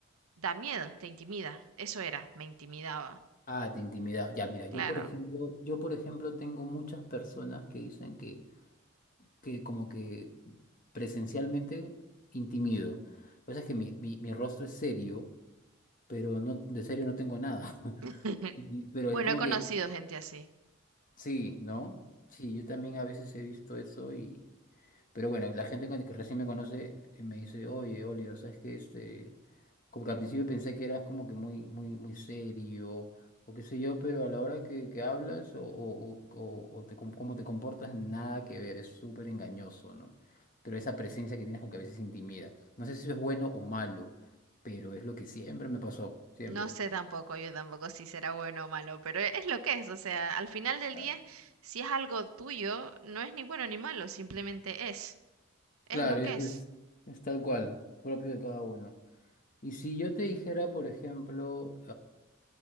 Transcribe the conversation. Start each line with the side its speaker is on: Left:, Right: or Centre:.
Right: da miedo, te intimida. Eso era, me intimidaba,
Left: Ah, te intimida. Ya, mira, yo
Right: claro.
Left: por ejemplo, yo por ejemplo tengo muchas personas que dicen que, que como que presencialmente intimido. Lo que pasa es que mi, mi, mi rostro es serio, pero no, de serio no tengo nada. <laughs>
Right: <laughs>
Left: Y- Pero
Right: Bueno,
Left: es como
Right: he conocido
Left: que,
Right: gente así.
Left: sí, ¿no? Sí, yo también a veces he visto eso Pero bueno, la gente con- que recién me conoce eh, me dice, oye, Oliver, ¿sabes qué? Este, como que al principio pensé que eras como que muy, muy, muy serio o qué sé yo, pero a la hora que, que hablas o, o, o- o te com- cómo te comportas, nada que ver, es súper engañoso, ¿no? Pero esa presencia que tienes como que a veces intimida. No sé si eso es bueno o malo, pero es lo que siempre me pasó, siempre.
Right: No sé tampoco, yo tampoco si será bueno o malo, pero e- es lo que es, o sea, al final del
Left: Ah,
Right: día, si es algo tuyo, no es ni bueno ni malo, simplemente es, es
Left: Claro,
Right: lo que
Left: eso
Right: es.
Left: es, es tal cual, propio de cada uno. Y si yo te dijera, por ejemplo,